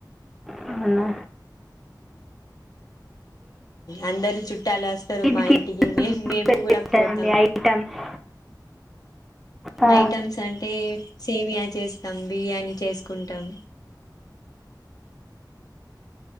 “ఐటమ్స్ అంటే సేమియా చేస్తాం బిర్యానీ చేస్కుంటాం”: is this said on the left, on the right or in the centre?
Left